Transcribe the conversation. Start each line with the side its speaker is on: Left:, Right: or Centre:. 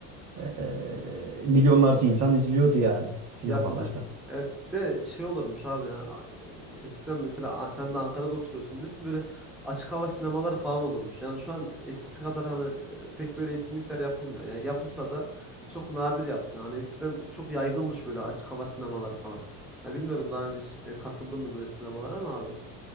Right: E, milyonlarca insan izliyordu yani sinemalarda.
Centre: Ya bir de evet bir de şey olurmuş abi yani a- eskiden mesela a- sen de Ankara'da oturuyorsun bilirsin böyle açık hava sinemaları falan olurmuş. Yani şu an eskisi kadar hani e, pek böyle etkinlikler yapılmıyor. Yani yapılsa da çok nadir yapılıyor. Hani eskiden çok yaygınmış böyle açık hava sinemaları falan. Ya bilmiyorum daha önce hiç e, katıldın mı böyle sinemalara ama abi.